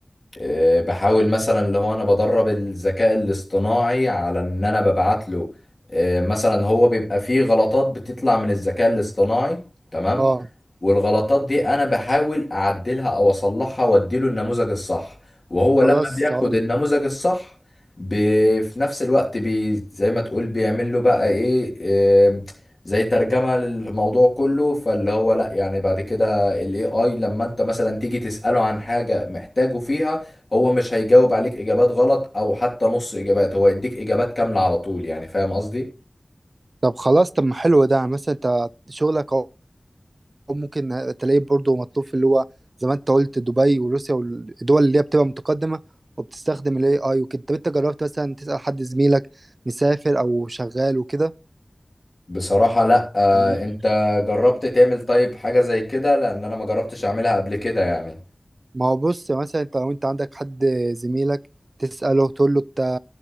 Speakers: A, on the left; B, on the right.
A: آه، بحاول مثلا اللي هو انا بدرب الذكاء الاصطناعي على ان انا ببعت له آه، مثلا هو بيبقى فيه غلطات بتطلع من الذكاء الاصطناعي تمام
B: أه
A: والغلطات دي انا بحاول اعدلها او اصلحها واديله النموذج الصح وهو
B: خلاص
A: لما بياخد
B: هقول
A: النموذج
B: لك
A: الصح ب... في نفس الوقت بي... زي ما تقول بيعمل له بقى ايه آم، زي ترجمة للموضوع كله فاللي هو لا يعني بعد كده الاي اي لما انت مثلا تيجي تسأله عن حاجة محتاجه فيها هو مش هيجاوب عليك اجابات غلط او حتى نص اجابات هو يديك اجابات كاملة على طول يعني فاهم قصدي
B: طب خلاص طب ما حلو ده يعني مثلا أنت شغلك أهو ممكن تلاقيه برضه مطلوب في اللي هو زي ما أنت قلت دبي وروسيا والدول اللي هي بتبقى متقدمة وبتستخدم ال AI وكده طب أنت جربت مثلا تسأل حد زميلك مسافر أو شغال وكده؟
A: بصراحة لا آه
B: يعني
A: انت جربت تعمل طيب حاجة زي كده لان انا ما جربتش اعملها قبل كده يعني
B: ما هو بص مثلا انت لو انت عندك حد زميلك تسأله تقول له انت